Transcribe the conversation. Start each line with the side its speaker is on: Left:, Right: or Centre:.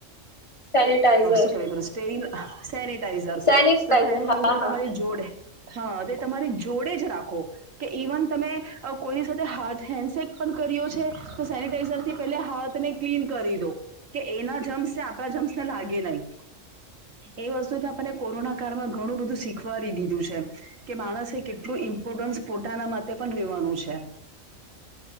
Left: સેનિટાઈઝર
Right: સુકરે પર સ્ટ સનીિટાઈઝર
Left: સેનિટાઈઝર
Right: તો સેનેટાઈઝર
Left: હા હા
Right: તમારી જોડે હા તે તમારી જોડે જ રાખો. કે ઇવન તમે કોઈની સાથે હાથ હેન્ડસેક પણ કર્યો છે તો સેનિટાઈઝર થી પે હાથ ને ક્લીન કરી દો કે એના જમ્સ આપણા જમ્સ ને લાગે નહી. એ વસ્તુ તો આપને કોરોના કાળમાં ઘણું બધું શીખવાડી દીધું છે. કે માણસે કેટલું ઇમ્પોર્ટન્સ પોતાના માટે પણ રેવાનું છે.